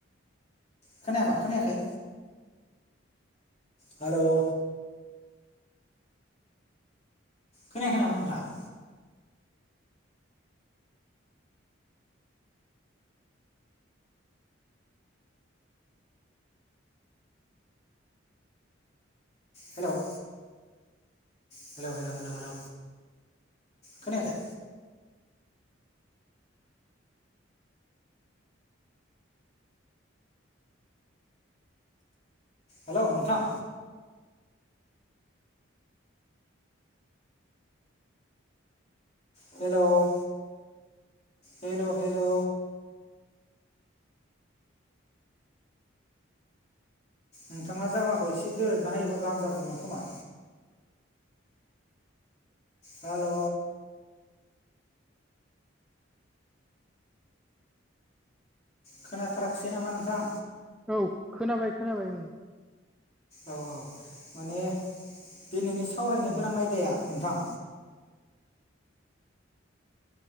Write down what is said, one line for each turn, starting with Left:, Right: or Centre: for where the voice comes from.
Left: खोनायाखै खोनायाखै हेल' खोनायाखै नामा नोंथांङा हेल' हेल हेल हेल हेल खोनायाखै हेल' नोंथां हेल' हेल' हेल' नोंथाङा जायगाखौ एसे दोरदना होयोबा गाहाम जागोमोनखोमा हेल' खोनाथाराखिसै नामा नोंथां
Centre: औ खोनाबाय खोनाबाय
Left: औ औ माने दिनैनि सावरायनो गोनां
Centre: उम
Left: आयदाया नोंथां